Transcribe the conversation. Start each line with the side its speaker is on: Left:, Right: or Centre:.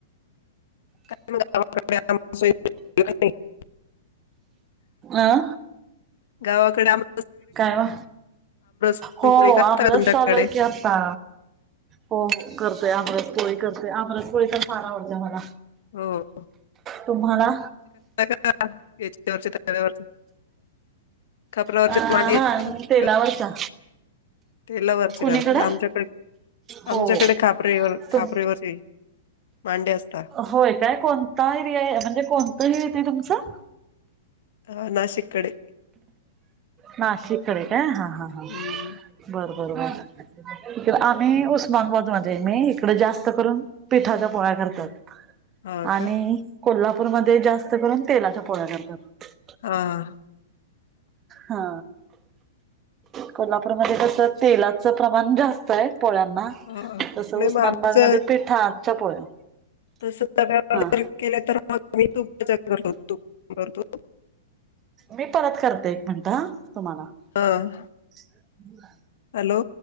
Left: <unintelligible> <inaudible>
Right: आं
Left: गावाकडे आम
Right: काय म,
Left: पुरणपोळी
Right: हो,
Left: करता
Right: आमरस
Left: का तुमच्याकडे?
Right: चालूय की आता होय होय, करतोय. आमरस पोळी करते, आमरस पोळी पण खूप आवडत्या मला.
Left: हो. वरचे
Right: तुम्हाला
Left: याच्या व तव्यावरचं <unintelligible> <unintelligible>
Right: अ हा तेलावरचा
Left: तेला वरच
Right: कुणीकडे
Left: करतात, आमच्याकडे
Right: हो
Left: आमच्याकडे
Right: हो
Left: कापरेवर,
Right: तुम
Left: कापरेवरची भांडे असतात.
Right: होय काय, कोणता एरिया, म्हणजे कोणतं हे येत तुमचं?
Left: हा, नाशिक कडे
Right: नाशिककडे काय, हा हा हा,
Left: हम्म
Right: बर बर बर. आम्ही उस्मानबादमध्ये मी, इकडे जास्त करून पिठाच्या पोळ्या करतात.
Left: हा
Right: आणि
Left: का
Right: कोल्हापूरमध्ये जास्त करून, तेलाच्या पोळ्या करतात.
Left: हा.
Right: हा, कोल्हापूरमध्ये कस तेलाच प्रमाण जास्त आहे पोळ्यांना,
Left: हा
Right: तस
Left: नाही
Right: उस्मानाबादमध्ये
Left: मग आमचं
Right: हा, आमच्या पोळ्या
Left: <unintelligible>
Right: हा
Left: केल्या तर मग मी <unintelligible>
Right: मी परत करते, एक मिनट ह तुम्हाला
Left: बर.
Right: <inaudible>
Left: हॅलो?